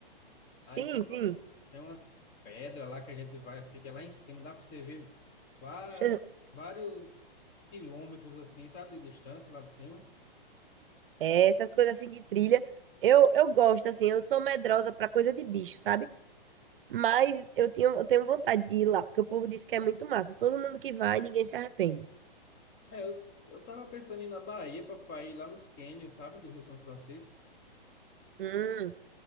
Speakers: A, on the right (about 65°); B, on the left (about 25°).
A: Sim,
B: Aí tem,
A: sim.
B: uma, tem umas pedras lá que a gente vai, fica lá em cima, dá para você ver va-
A: <laughs>
B: vários quilômetros assim, sabe, de distância lá de cima.
A: É, essas coisas assim de trilha. Eu, eu gosto, assim, eu sou medrosa pra coisa de bicho, sabe? Mas eu tinha, eu tenho vontade de ir lá, porque o povo diz que é muito massa. Todo mundo que vai, ninguém se arrepende.
B: É, eu, eu tava pensando em ir na Bahia pra pra ir lá nos cânions, sabe, do Rio São Francisco.
A: Hum,